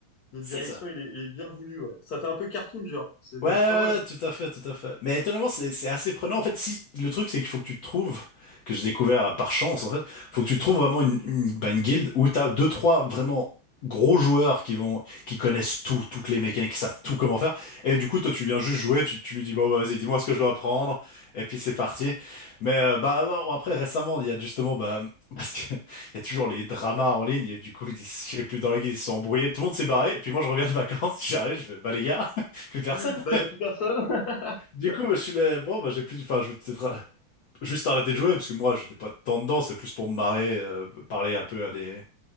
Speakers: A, on the left; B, on the left.
A: de
B: C'est
A: direction,
B: ça.
A: il est, il est bien voulu, ouais. Ça fait un peu cartoon, genre, c'est,
B: Ouais,
A: mais
B: ouais,
A: c'est pas mal.
B: ouais, tout à fait, tout à fait. Mais étonnamment, c'est c'est assez prenant. En fait, si le truc, c'est qu'il faut que tu te trouves, que j'ai découvert euh, par chance, en fait, faut que tu trouves vraiment une, une, bah, une guilde où t'as deux, trois vraiment gros joueurs qui vont, qui connaissent tout, toutes les mécaniques, qui savent tout comment faire. Et du coup, toi, tu viens juste jouer, tu, tu lui dis, bon, bah, vas-y, dis-moi ce que je dois apprendre. Et puis, c'est parti. Mais, euh, bah, bon, après, récemment, il y a justement, bah, parce que <laughs> il y a toujours les dramas en ligne, et du coup, ils, disent, je sais plus, dans la guilde, ils se sont embrouillés, tout le monde s'est barré. Et puis, moi, je reviens de vacances, <laughs> j'arrive, je fais, bah, les gars, <laughs> plus personne.
A: Là, il n'y a plus personne. <laughs>
B: Du coup, bah, je suis là, bon, bah, j'ai plus, enfin, je vais peut-être euh, juste arrêter de jouer parce que moi, j'étais pas tant dedans, c'était plus pour me marrer, euh, parler un peu à des,